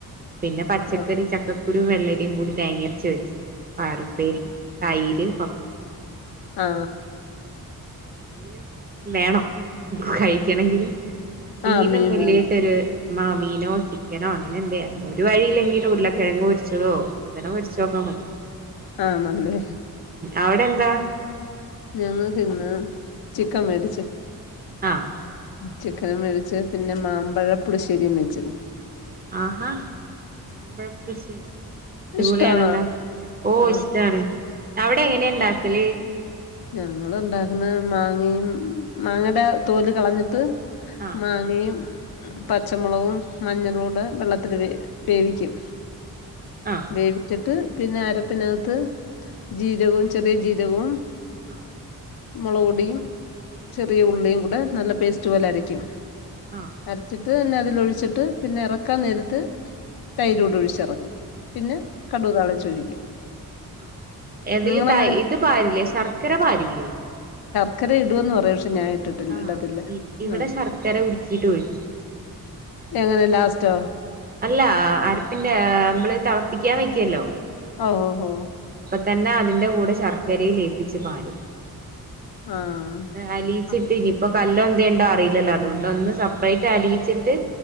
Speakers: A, on the right; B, on the left.
A: പിന്നെ പച്ചക്കറി
B: ആഹ്
A: ചക്കക് ക്കുരു വെള്ളരിയും കുടി തേങ്ങ അരച്ച് വെച്ച് പയറുപ്പേരി തൈര് പപ്
B: ആ
A: എന്തെങ്കിലും വേണം കഴിക്കണങ്കില് മീനൊന്നും
B: ആഹ് മീൻ വേണം
A: ഇല്ലായിട്ടൊരു ആ മീനോ ചിക്കനോ പിന്നെന്തേ ഒരു വഴിയും ഇല്ലെങ്കി ഉരുളകിഴങ്ങ് പൊരിച്ചതോ ഴുതന പൊരിച്ചതൊക്കെ മതി
B: ആ മന്ത്
A: അവിടെന്താ
B: ഞങ്ങക്കിന്ന് ചിക്കൻ മേടിച്ച്
A: ആഹ്
B: ചിക് ക്കനും വേവിച്ചു പിന്നെ മാമ്പഴ പുളിശ്ശേരീം വെച്ച്
A: ആഹാ മാമ്പഴ പുളിശ്ശേരി അടിപൊളി
B: ഇഷ്ടാണോ
A: യാണല്ലോ
B: ആഹ്
A: ഇഷ്ടാണ് അവിടെങ്ങനെണ്ടാക്കല്
B: ഞങ്ങൾ ണ്ടാക്കുന്നത് മാങ്ങയും മാങ്ങടെ തോല് കളഞ്ഞിട്ട്
A: ആഹ്
B: മാങ്ങയും പച്ചമുളകും മഞ്ഞളുടെ വെള്ളത്തില് വേവിക്കും
A: ആഹ്
B: വേവിച്ചിട്ട് പിന്നെ അരപ്പിനകത്ത് ജീരകോം ചെറിയ ജീരകോം
A: അ
B: മൊളകുപൊടിയും ചെറിയ ഉള്ളിയും കൂടെ നല്ല പേസ്റ്റ് പോലെ അരയ്ക്കും
A: ആഹ്
B: അരച്ചിട്ട് അതിനക് - തിലൊഴിച്ചിട്ട് പിന്നെഎറക്കാൻ നേരത്ത് തൈരുംടി ഒഴിച്ചെറെക്കും പിന്നെ കടുക് താളിച്ചൊഴിക്കും
A: ആ എടേൽ
B: നിങ്ങളങ്ങനെ
A: തൈ ഇത് പാരില്ലേ ശർക്ക ക്കര പാരില്ലേ
B: ക്കര ഇട്ന്ന് പറയും പഷ് ഞാൻ ഇട്ടിട്ട്ല്ല
A: ആഹ്
B: ഇടത്തില്ല
A: ഇവിടെ
B: ആഹ്
A: ശർക്കര ഉരുക്കിയിട്ട് ഒഴിക്കും
B: എങ്ങനെ ലാസ്റ്റ് <unintelligible>
A: അല്ല അരപ്പിന്റെ നമ്മളീ തെളപ്പിക്കാൻ വയ്ക്കുമല്ലോ
B: ഓഹ് ഓഹ്
A: തന്നെ അതിന്റെ കൂടെ ശർക്കരയും ലയിപ്പിച്ച് പാരും
B: ആഹ്
A: അലീച്ചിട്ടിനിപ്പോ
B: ആ,
A: കല്ലോ എന്തോ ഉണ്ടോന്ന് അറിയില്ലല്ലോ അതുകൊണ്ട് ഒന്ന് സെപ്പറേറ്റ് അലിയിച്ചിട്ട്